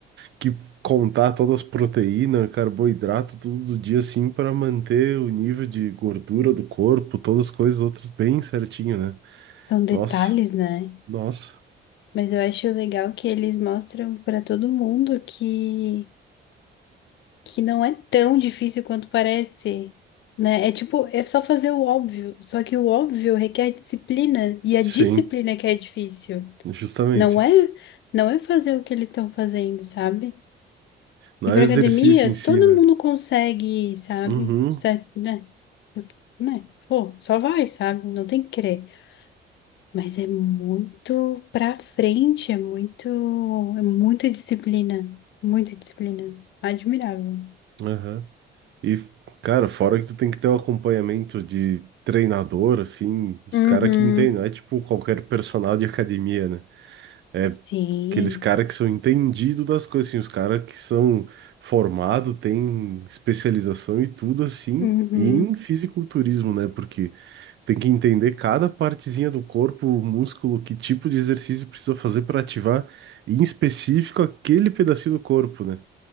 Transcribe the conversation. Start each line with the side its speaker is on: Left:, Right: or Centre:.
Right: que contar todas as proteínas, carboidrato, tudo do dia, assim, para manter o nível de gordura do corpo, todas as coisas outras bem certinho, né?
Left: São detalhes,
Right: Nossa,
Left: né?
Right: nossa.
Left: Mas eu acho legal que eles mostram para todo mundo que, que não é tão difícil quanto parece, né? É tipo, é só fazer o óbvio, só que o óbvio requer disciplina, e a disciplina
Right: Sim,
Left: que é difícil.
Right: justamente.
Left: Não é, não é fazer o que eles estão fazendo, sabe?
Right: Não
Left: E para
Right: é exercício
Left: academia,
Right: em si,
Left: todo
Right: né?
Left: mundo consegue ir, sabe?
Right: Uhum,
Left: Certo, né? Né? Pô, só vai, sabe? Não tem que querer. Mas é muito pra frente, é muito, é muita disciplina, muita disciplina. Admirável.
Right: aham. E, cara, fora que tu tem que ter o acompanhamento de treinador, assim, os
Left: Uhum.
Right: caras que entendem, não é tipo qualquer personal de academia, né? É
Left: Sim.
Right: aqueles caras que são entendidos das coisas, assim, os caras que são formados, têm especialização e tudo assim,
Left: Uhum.
Right: e em fisiculturismo, né? Porque tem que entender cada partezinha do corpo, o músculo, que tipo de exercício precisa fazer para ativar, em específico, aquele pedacinho do corpo, né?